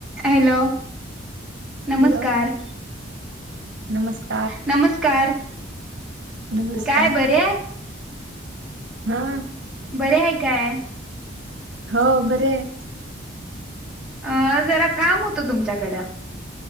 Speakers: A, in the centre; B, on the right.
A: हॅलो नमस्कार
B: हॅलो नमस्कार
A: नमस्कार
B: नमस्कार
A: काय बरे हाय
B: हा
A: बरी हाय काय?
B: हो बरी हाय
A: अ जरा काम होतं तुमच्याकडं